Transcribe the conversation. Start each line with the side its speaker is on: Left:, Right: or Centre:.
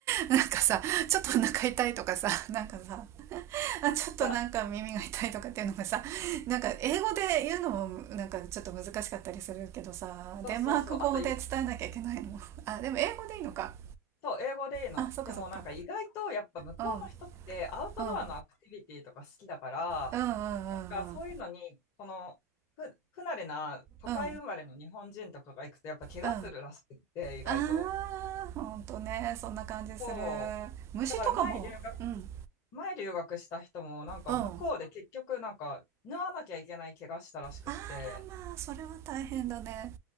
Right: なんかさちょっとお腹痛いとかさなんかさ <laughs> あちょっとなんか耳が痛いとかっていうのがさなんか英語で言うのもなんかちょっと難しかったりするけどさデンマーク語で伝えなきゃいけないの
Left: いや、そうそうそう。あとい、
Right: <laughs> あでも英語でいいのか
Left: そう、英語でいいの。
Right: あそっかそっか
Left: でもなんか意外とやっぱ向こうの人ってアウトドアのアクティビティとか好きだから、
Right: うんうんうんうんうんうん
Left: なんかそういうのに、このふ不慣れな都会生まれの日本人とかが行くとやっぱ怪我するらしくって、
Right: うんうん
Left: 意外と。
Right: あーほんとねそんな感じする
Left: そう。
Right: 虫とかもうんうん
Left: だから前留学、前留学した人も、なんか向こうで結局、
Right: あ
Left: なんか、縫わなきゃいけない怪我したらしくって、
Right: らまあそれは大変だね